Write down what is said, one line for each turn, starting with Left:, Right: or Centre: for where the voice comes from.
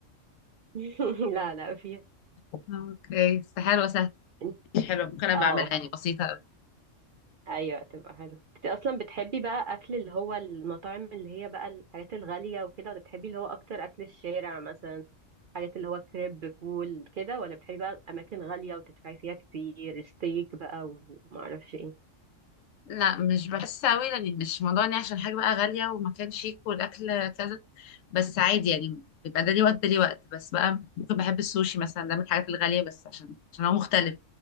Right: <laughs> لا لا فيها
Left: اوكي بس حلوة سهلة
Right: انت-
Left: مش حلوة ممكن أبقى
Right: اه
Left: أعملها يعني بسيطة أوي
Right: ايوه تبقى حلو انت اصلا بتحبي بقى اكل اللي هو المطاعم اللي هي بقى الحاجات الغاليه وكده ولا بتحبي اللي هو اكتر اكل الشارع مثلا حاجات اللي هو كريب فول كده ولا بتحبي بقى اماكن غاليه وتدفعي فيها كتير ستيك بقى ومعرفش ايه
Left: لا مش بحس أوي يعني مش موضوع إني عشان حاجة بقى غالية ومكان شيك والأكل كذا بس عادي يعني بيبقى ده ليه وقت ده ليه وقت بس بقى ممكن بحب السوشي مثلا ده من الحاجات الغالية بس عشان عشان هو مختلف